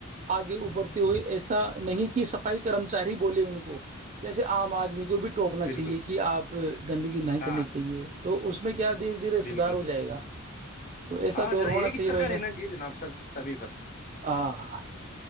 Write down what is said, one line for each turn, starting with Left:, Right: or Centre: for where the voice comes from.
Right: آگے ابھتے ہوئے ایسا نہیں کہ صفائی کرمچاری بولے ان کو جسے عام آدمی کو بھی ٹوکنا چاہیے
Left: بالکل
Right: کہ آپ گندگی نہیں
Left: ہاں
Right: کرنی چاہیے تو اس میں کیا دیر دھیرے سدار
Left: بالکل
Right: ہو جائے گا تو ایسا
Left: ہاں
Right: دور
Left: جناب
Right: ہونا
Left: ایک
Right: چاہیے
Left: استر
Right: بھائی
Left: کا
Right: جان
Left: رہنا چاہیے جناب سب سبھی پر
Right: ہاں